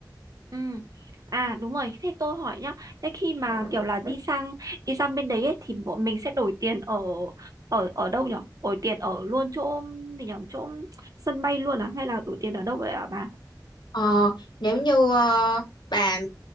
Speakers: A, on the right; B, on the left.
A: ừ à đúng rồi thế tôi hỏi nhá thế khi mà kiểu là đi sang đi sang bên đấy ấy, thì bọn mình sẽ đổi tiền ở ở ở đâu nhở đổi tiền ở luôn chỗ thì nhở chỗ sân bay luôn à hay là đổi tiền ở đâu vậy ạ bà
B: Ờ, nếu như ờ, bà